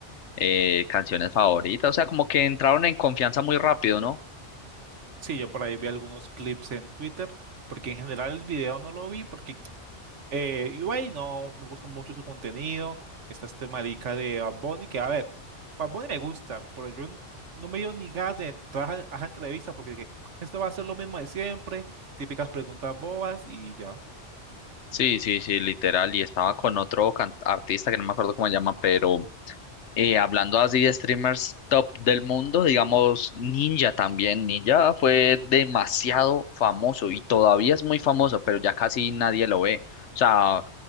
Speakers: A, on the left; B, on the right.
A: eh, canciones favoritas, o sea, como que entraron en confianza muy rápido, ¿no?
B: Sí, yo por ahí vi algunos clips en Twitter, porque en general el video no lo vi porque Eh, Ui no me gusta mucho su contenido. Está este marica de Bad Bunny, que a ver, Bad Bunny me gusta, pero yo n- no me dio ni ganas de entrar a, a esa entrevista porque dije, esto va a ser lo mismo de siempre, típicas preguntas bobas y ya.
A: Sí, sí, sí, literal, y estaba con otro can- artista que no me acuerdo cómo se llama, pero eh, hablando así de streamers top del mundo, digamos Ninja también. Ninja fue demasiado famoso y todavía es muy famoso, pero ya casi nadie lo ve. O sea,